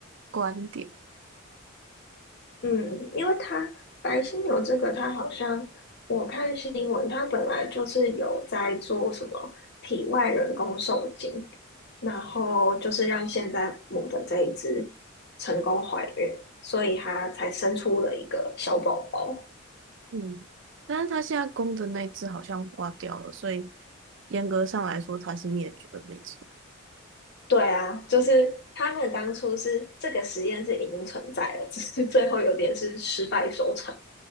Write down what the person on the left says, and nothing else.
嗯，因为它白犀牛这个，它好像我看新闻，它本来就是有在做什么体外人工受精，然后就是让现在母的这一只成功怀孕，所以它才生出了一个小宝宝。
对啊，就是他们当初是这个实验是已经存在了，只是最后有点是失败收场。